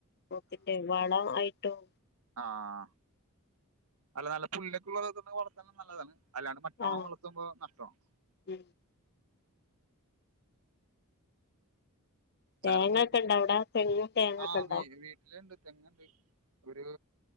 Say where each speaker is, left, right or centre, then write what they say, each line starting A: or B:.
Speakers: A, on the left; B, on the right.
A: പോത്തിന്റെ വളം ആയിട്ടും.
B: ആഹ അല്ല നല്ല പുല്ലോക്കെള്ളത്‌ വളതാനും നല്ലതാണ് അല്ലാണ്ട് <unintelligible>
A: ആഹ്
B: വള ക്കുമ്പോ നഷ്ട്ടമാണ്.
A: ഉം
B: ച്ചാരങ്ങൾ
A: തേങ്ങൊക്കെ
B: ഹ്
A: ഇണ്ടോ അവിടെ തെങ്ങും തേങ്ങൊക്കെ
B: ആഹ്
A: ഇണ്ടോ
B: വീ വീട്ടില്ണ്ട്. തെങ്ങ്ണ്ട് ഒരു.